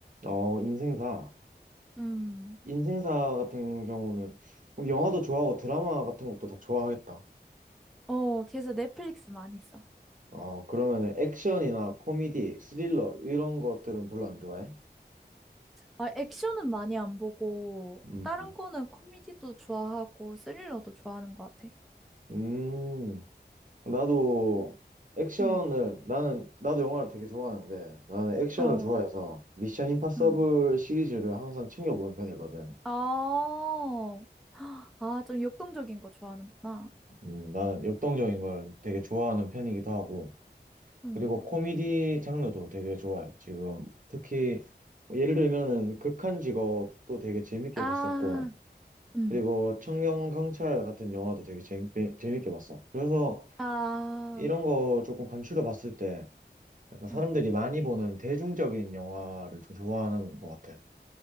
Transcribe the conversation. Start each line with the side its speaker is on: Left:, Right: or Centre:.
Right: 어, 인생사.
Centre: 음.
Right: 인생사 같은 경우는 그럼 영화도 좋아하고 드라마 같은 것도 다 좋아하겠다.
Centre: 어, 그래서 넷플릭스 많이 써.
Right: 어, 그러면 액션이나 코미디, 스릴러 이런 것들은 별로 안 좋아해?
Centre: 아, 액션은 많이 안 보고
Right: 음.
Centre: 다른 거는 코미디도 좋아하고 스릴러도 좋아하는 것 같아.
Right: 음, 나도 액션을
Centre: 음.
Right: 나는 나도 영화를 되게 좋아하는데 나는 액션을
Centre: 어.
Right: 좋아해서 미션 임파서블
Centre: 음.
Right: 시리즈를 항상 챙겨보는 편이거든.
Centre: 아. 아, 좀 역동적인 거 좋아하는구나.
Right: 음, 나는 역동적인 걸 되게 좋아하는 편이기도 하고,
Centre: 음.
Right: 그리고 코미디 장르도 되게 좋아해. 지금 특히 뭐 예를 들면은 극한 직업도 되게 재밌게
Centre: 아.
Right: 봤었고,
Centre: 음.
Right: 그리고 청년 경찰 같은 영화도 되게 재밌게, 재밌게 봤어. 그래서
Centre: 아.
Right: 이런 거 조금 간추려 봤을 때, 약간 사람들이
Centre: 음.
Right: 많이 보는 대중적인 영화를 좀 좋아하는 것 같아.